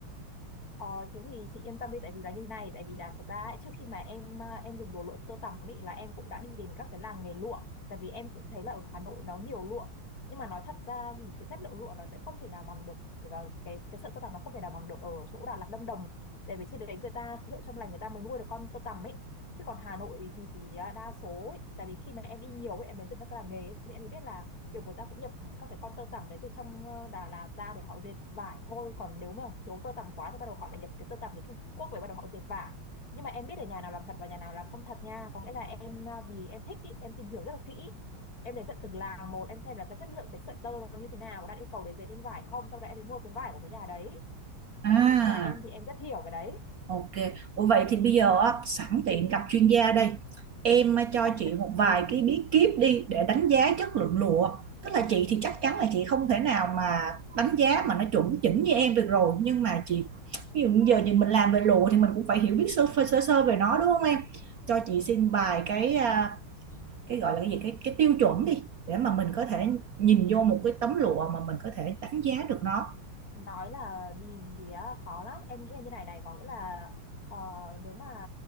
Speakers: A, on the left; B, on the right.
A: Ờ, thế thì chị yên tâm đi tại vì là như thế này tại vì là thật ra ấy, trước khi mà em à, em dùng đồ lụa tơ tằm ấy là em cũng đã đi đến các cái làng nghề lụa tại vì em cũng thấy là ở Hà Nội nó nhiều lụa nhưng mà nói thật ra thì cái chất lượng lụa nó sẽ không thể nào bằng được cái cái, cái sợi tơ tằm nó không thể nào bằng được ở chỗ Đà Lạt Lâm Đồng tại vì trên đấy người ta hiệu trong lành người ta mới nuôi được con tơ tằm ấy chứ còn Hà Nội thì à, đa số ấy, tại vì khi mà em đi nhiều ấy, em đến từ các làng nghề ấy, thì em mới biết là kiểu người ta cũng nhập các cái con tơ tằm đấy từ trong ờ, Đà Lạt ra để họ dệt vải thôi còn nếu mà thiếu tơ tằm quá thì bắt đầu họ lại nhập cái tơ tằm từ Trung Quốc về bắt đầu họ dệt vải nhưng mà em biết được nhà nào làm thật và nhà nào làm không thật nha có nghĩa là em ờ, vì em thích ý, em tìm hiểu rất là kỹ em đến tận từng làng một em xem là cái chất lượng cái sợi tơ nó như thế nào đạt yêu cầu để dệt lên vải không sau đó em mới mua cái vải của cái nhà đấy đấy
B: À,
A: nói chung là em thì em rất hiểu cái đấy
B: ok. Ủa vậy thì bây giờ á, sẵn tiện gặp chuyên gia đây. Em á, cho
A: <laughs>
B: chị một vài cái bí kíp đi để đánh giá chất lượng lụa. Tức là chị thì chắc chắn là chị không thể nào mà đánh giá mà nó chuẩn chỉnh như em được rồi. Nhưng mà chị, ví dụ như giờ thì mình làm về lụa thì mình cũng phải hiểu biết sơ sơ, sơ, sơ về nó đúng không em? Cho chị xin vài cái à, cái gọi là cái gì cái cái tiêu chuẩn đi để mà mình có thể nhìn vô một
A: Ừ.
B: cái tấm lụa mà mình có thể đánh giá được nó.
A: nói là nhìn thì á, khó lắm em nghĩ là như này này có nghĩa là ờ, nếu mà